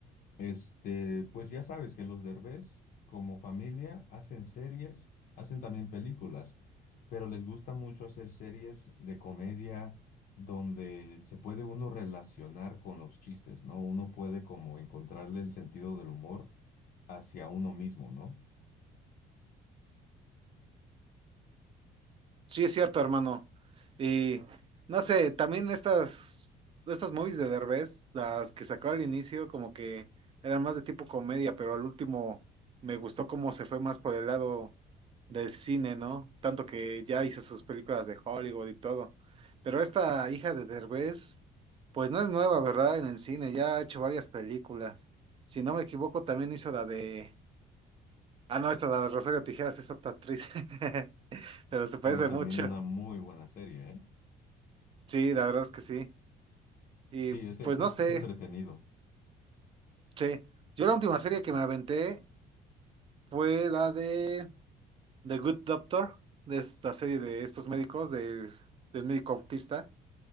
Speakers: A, on the left; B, on the right.
A: Este, pues ya sabes que los Derbez, como familia, hacen series, hacen también películas, pero les gusta mucho hacer series de comedia donde se puede uno relacionar con los chistes, ¿no? Uno puede como encontrarle el sentido del humor hacia uno mismo, ¿no?
B: Sí, es cierto, hermano. Y no sé, también estas, estas movies de Derbez, las que sacó al inicio, como que eran más de tipo comedia, pero al último me gustó cómo se fue más por el lado del cine, ¿no? Tanto que ya hizo sus películas de Hollywood y todo. Pero esta hija de Derbez, pues no es nueva, ¿verdad? En el cine, ya ha hecho varias películas. Si no me equivoco, también hizo la de... Ah, no, esta la de Rosario Tijeras, esta actriz, <laughs> pero se parece
A: Pero también
B: mucho.
A: una muy buena serie, ¿eh?
B: Sí, la verdad es que sí. Y
A: Sí, es, e-
B: pues no sé,
A: es entretenido.
B: che. Yo la última serie que me aventé fue la de The Good Doctor, de esta serie de estos médicos, del, del médico autista.